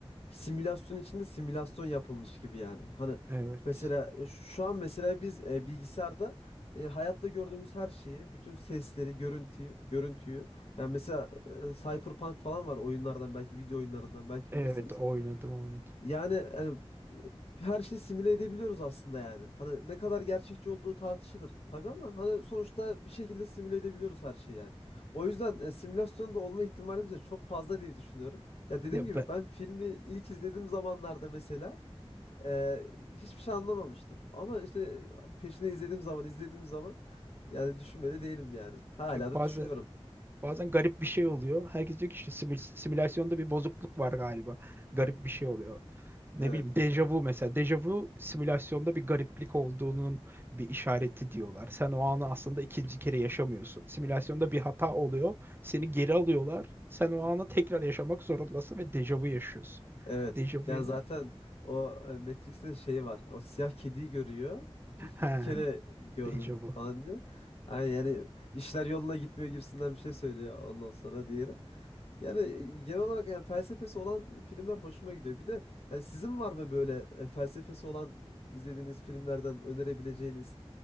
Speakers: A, on the left; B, on the right.
A: simülasyon içinde simülasyon yapılmış gibi yani. Hani
B: Evet.
A: mesela e, şu, şu an mesela biz e, bilgisayarda e, hayatta gördüğümüz her şeyi, bütün sesleri, görüntüyü, görüntüyü. Yani mesela e, Cyberpunk falan var oyunlardan belki video oyunlarından belki
B: Evet
A: bilirsiniz.
B: oynadım oynadım.
A: Yani hani, her şeyi simüle edebiliyoruz aslında yani. Hani ne kadar gerçekçi olduğu tartışılır tabii ama hani sonuçta bir şekilde simüle edebiliyoruz her şeyi yani. O yüzden e, simülasyonda olma ihtimalimiz de çok fazla diye düşünüyorum. Ya dediğim
B: Ya
A: gibi
B: ben,
A: ben filmi ilk izlediğim zamanlarda mesela e, hiçbir şey anlamamıştım. Ama işte peşine izlediğim zaman izlediğim zaman yani düşünmedi değilim yani. Hala da
B: bazen
A: düşünüyorum.
B: Bazen garip bir şey oluyor. Herkes diyor ki işte simül- simülasyonda bir bozukluk var galiba. Garip bir şey oluyor. Ne
A: Evet.
B: bileyim dejavu mesela. Dejavu simülasyonda bir gariplik olduğunun bir işareti diyorlar. Sen o anı aslında ikinci kere yaşamıyorsun. Simülasyonda bir hata oluyor. Seni geri alıyorlar. Sen o anı tekrar yaşamak zorundasın ve dejavu yaşıyorsun.
A: Evet.
B: Dejavu
A: Ya
B: ya.
A: zaten o e, Matrix'te şey var. O siyah kediyi görüyor. Diyor ki
B: He,
A: iki kere gördüm
B: dejavu.
A: falan diyor. Yani, yani işler yoluna gitmiyor gibisinden bir şey söylüyor ondan sonra diğeri. Yani e, genel olarak yani felsefesi olan filmler hoşuma gidiyor. Bir de yani sizin var mı böyle e, felsefesi olan izlediğiniz filmlerden önerebileceğiniz?